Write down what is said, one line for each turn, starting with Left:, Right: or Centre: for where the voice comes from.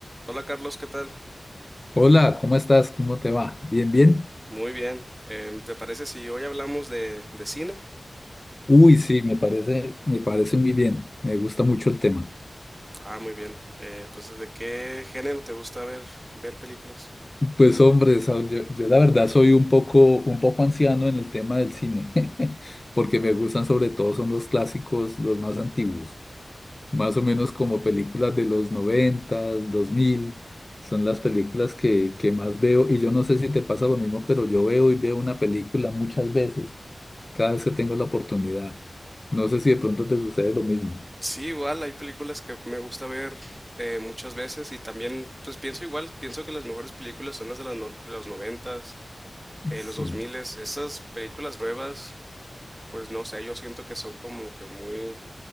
Right: Hola Carlos, ¿qué tal?
Left: Hola, ¿cómo estás? ¿Cómo te va? ¿Bien, bien?
Right: Muy bien. Em, ¿te parece si hoy hablamos de, de cine?
Left: Uy, sí, me parece, me parece muy bien. Me gusta mucho el tema.
Right: Ah, muy bien. Eh, pues ¿de qué género te gusta ver, ver películas?
Left: Pues hombre, Saúl, yo, yo la verdad soy un poco, un poco anciano en el tema del cine, <laughs> porque me gustan sobre todo son los clásicos, los más antiguos, más o menos como películas de los noventas, dos mil, son las películas que, que más veo. Y yo no sé si te pasa lo mismo, pero yo veo y veo una película muchas veces, cada vez que tengo la oportunidad. No sé si de pronto te sucede lo mismo.
Right: Sí, igual hay películas que me gusta ver eh, muchas veces y también pues pienso igual, pienso que las mejores películas son las de, las no- de los noventas, eh,
Left: Sí,
Right: los dos miles, esas películas nuevas, pues no sé, yo siento que son como que muy